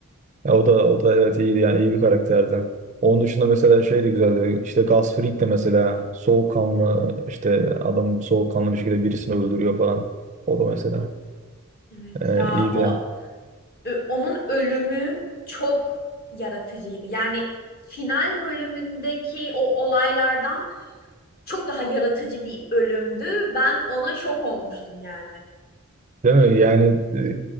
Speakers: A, on the right; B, on the left.
A: Ya o da o da evet iyiydi yani iyi bir karakterdi. Onun dışında mesela şey de güzeldi. İşte Gus Fring de mesela soğukkanlı
B: Hı hı.
A: işte adam soğukkanlı bir şekilde birisini öldürüyor falan. O da mesela
B: Evet
A: e,
B: ya
A: iyiydi
B: o
A: ya.
B: Ö- onun ölümü çok yaratıcıydı. Yani final bölümündeki o olaylardan çok daha yaratıcı bir ölümdü. Ben ona şok olmuştum yani.
A: Değil mi? Yani e,